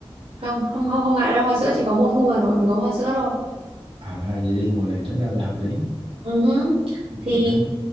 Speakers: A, on the right (about 80°); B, on the right (about 65°).
A: Không không không không ngại đâu, hoa sữa chỉ có mùa thu Hà Nội mới có hoa sữa thôi.
B: À vậy đi mùa này tính ra là hợp lý.
A: Ừ hứ.
B: Được
A: Thì
B: á.